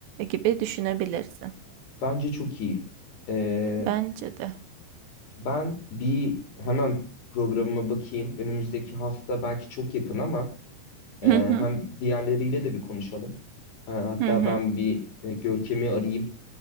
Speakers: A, on the right; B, on the left.
A: gibi düşünebilirsin.
B: Bence çok iyi. Ee,
A: Bence de.
B: ben bir hemen programıma bakayım. Önümüzdeki hafta belki çok yakın ama Ee,
A: Hı hı.
B: hem diğerleriyle de bir konuşalım. Ee, hatta
A: Hı hı.
B: ben bir e, Görkem'i arayayım,